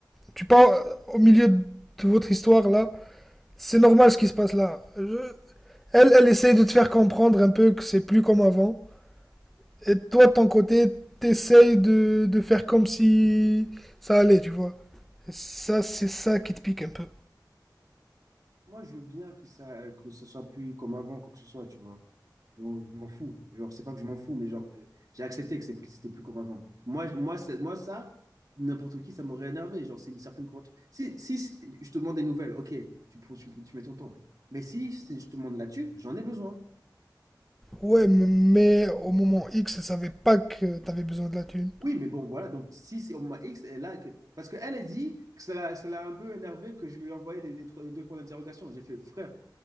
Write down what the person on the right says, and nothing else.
moi, je veux bien que ça, que ce soit plus comme avant, quoi que ce soit, tu vois. Bon, je m'en fous. Genre, c'est pas que je m'en fous, mais genre, je- j'ai accepté que c'est plus- c'était plus convaincant. Moi, je- moi, c'est- moi ça, n'importe qui, ça m'aurait énervé. Genre, c'est une certaine courte. Si, si si je te demande des nouvelles, ok, tu, prends- tu, tu mets ton temps. Mais si, si je te demande là-dessus, j'en ai besoin.
Oui, mais bon, voilà. Donc, si c'est au moins X, elle a que... Parce qu'elle a dit que ça l'a ça l'a un peu énervé que je lui ai envoyé les, les trois- les deux points d'interrogation. J'ai fait, frère,